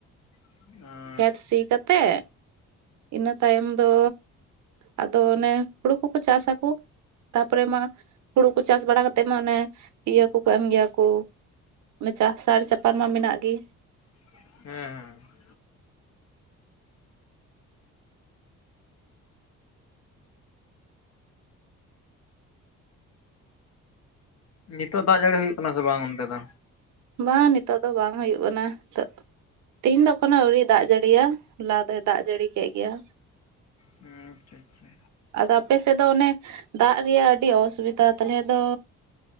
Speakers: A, on the left (about 55°); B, on the right (about 75°).
A: <unintelligible>
B: ᱠᱷᱮᱛ ᱥᱤ ᱠᱟᱛᱮᱜ, ᱤᱱᱟᱹ ᱛᱟᱭᱚᱢ ᱫᱚ᱾ ᱟᱫᱚ ᱚᱱᱮ ᱦᱩᱲᱩ ᱠᱚᱠᱚ ᱪᱟᱥ ᱟᱠᱚ, ᱛᱟᱨᱯᱚᱨᱮ ᱢᱟ ᱦᱩᱲᱩ ᱠᱚ ᱪᱟᱥ ᱵᱟᱲᱟ ᱠᱟᱛᱮᱜ ᱢᱟ ᱚᱱᱮ, ᱤᱭᱟᱹ ᱠᱚᱠᱚ ᱮᱢ ᱜᱮᱭᱟ ᱠᱚ ᱚᱱᱮ ᱪᱟᱥᱟᱨ ᱪᱟᱯᱟᱱ ᱢᱟ ᱢᱮᱱᱟᱜ ᱜᱮ᱾
A: ᱦᱮᱸ ᱦᱮᱸ᱾ ᱱᱤᱛᱟᱹᱜ ᱫᱟᱜ ᱡᱟᱹᱲᱤ ᱦᱩᱭᱩᱜ ᱠᱟᱱᱟ ᱥᱮ ᱵᱟᱝ ᱚᱱᱛᱮ ᱫᱚ?
B: ᱵᱟᱝ ᱱᱤᱛᱟᱹᱜ ᱫᱚ ᱵᱟᱝ ᱦᱩᱭᱩᱜ ᱠᱟᱱᱟ ᱛᱟᱜ᱾ ᱛᱮᱦᱤᱧ ᱫᱚ ᱮᱠᱷᱚᱱᱚ ᱟᱹᱣᱨᱤᱭ ᱫᱟᱜ ᱡᱟᱹᱲᱤᱭᱟ᱾ ᱦᱚᱞᱟ ᱫᱚᱭ ᱫᱟᱜ ᱡᱟᱹᱲᱤ ᱠᱮᱜ ᱜᱮᱭᱟ᱾
A: ᱦᱮᱸ ᱟᱪᱪᱷᱟ ᱟᱪᱪᱷᱟ᱾
B: ᱟᱫᱚ ᱟᱯᱮ ᱥᱮᱫ ᱫᱚ ᱚᱱᱮ ᱫᱟᱜ ᱨᱮᱭᱟᱜ ᱟᱹᱰᱤ ᱚᱥᱩᱵᱤᱛᱟ᱾ ᱛᱟᱦᱚᱞᱮ ᱫᱚ